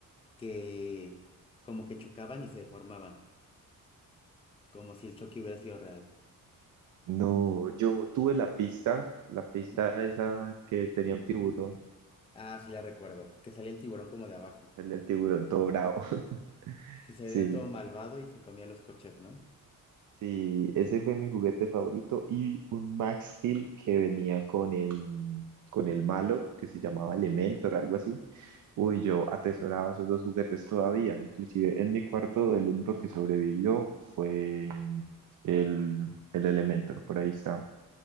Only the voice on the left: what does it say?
que como que chocaban y se deformaban, como si el choque hubiera sido real.
¿no?
Ah, sí la recuerdo, que salía el tiburón como de abajo.
Sí se
veía todo malvado y se comía los coches, ¿no?